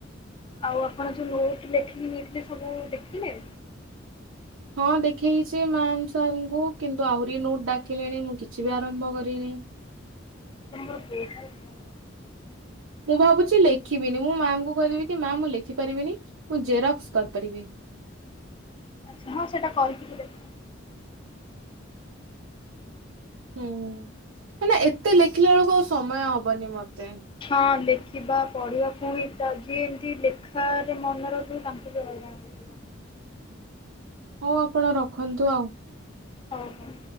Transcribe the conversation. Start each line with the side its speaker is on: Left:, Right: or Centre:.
Left: ଆଉ ଆପଣ ଯୋଉ ନୋଟ ଲେଖିକି ନେଇ ସେସବୁ ଦେଖିଲେ।
Right: ହଁ ଦେଖେଇଛି ମ୍ୟାମ୍ ସାରଙ୍କୁ କିନ୍ତୁ ଆହୁରି ନୋଟ ଡାକିଲେଣି ମୁଁ କିଛି ବି ଆରମ୍ଭ କରିନି।
Left: ପସା <unintelligible>
Right: ମୁଁ ଭାବୁଛି ଲେଖିବିନି ମୁଁ ମ୍ୟାମଙ୍କୁ କହିଦେବି କି ମ୍ୟାମ ମୁଁ ଲେଖି ପାରିବିନି ମୁଁ ଜେରକ୍ସ କରିପାରିବି।
Left: ଆଚ୍ଛା ହଁ ସେଇଟା କହିକି ବି ଦେଖ।
Right: ହୁଁ ମାନେ ଏତେ ଲେଖିଲା ବେଳକୁ ଆଉ ସମୟ ହବନି ମତେ।
Left: ହଁ ଲେଖିବା ପଢ଼ିବା ପୁଣି ତା ଯିଏ ଏମିତି ଲେଖାରେ ମନେ ରହୁଥିବ ତାଙ୍କୁ ବି ହଇରାଣ ହେଉଥିବ।
Right: ହଉ ଆପଣ ରଖନ୍ତୁ ଆଉ।
Left: ହୋଉ ହୋଉ।